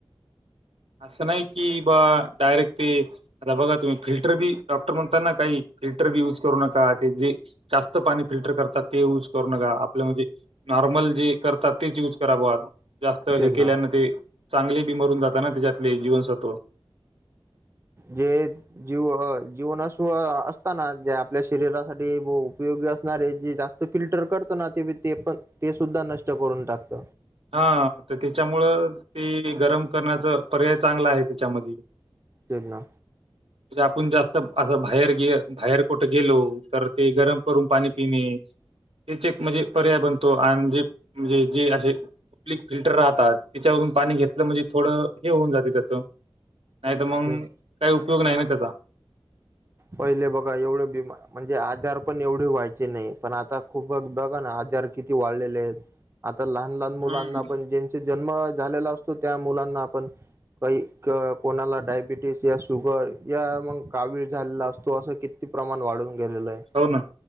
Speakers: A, on the right; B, on the right.
A: असं नाही की बा डायरेक्ट ते आता बघा तुम्ही फिल्टर बी डॉक्टर म्हणता ना काही फिल्टर बी यूज करू नका ते जे जास्त पाणी फिल्टर करतात ते यऊज करू नका आपलं म्हणजे नॉर्मल जे करतात तेच युज करात जास्त
B: तेच
A: हे
B: ना
A: केल्यान ते चांगले बी मरून जाताना त्याच्यातले जीवनसत्व
B: जे जीव जीवनास असताना ज आपल्या शरीरासाठी उपयोगी असणारे जे जास्त फिल्टर करतो ना ते ते पण ते सुद्धा नष्ट करून टाकत
A: हा तर त्याच्यामुळं ते गरम करण्याचा पर्याय चांगला आहे त्याच्यामध्ये
B: च ना
A: म्हे आपण जास्त असं बाहेर गे बाहेर कुठे गेलो तर ते गरम करून पाणी पिणे तेच एक म्हणजे पर्याय बनतो आणि जे म्हणजे जे असे आप्लिक फिल्टर राहतात त्याच्यावरून पाणी घेतलं म्हणजे थोडं हे होऊन जाते त्याच नाही तर मग
B: तेच
A: काही उपयोग नाही ना त्याचा
B: पहिले बघा एवढे बी म्हणजे आजार पण एवढे व्हायचे नाही पण आता खूप बघा ना क वा आ ल ल मुलांनाण
A: हम्म.
B: ज जन्म झालेला असतो त्या मुलांना आपण काही कोणाला डायबिटीस या शुगर या मग कावीळ झा असतो असं किती प्रमाण वाढून गेलेलं आहे
A: हो ना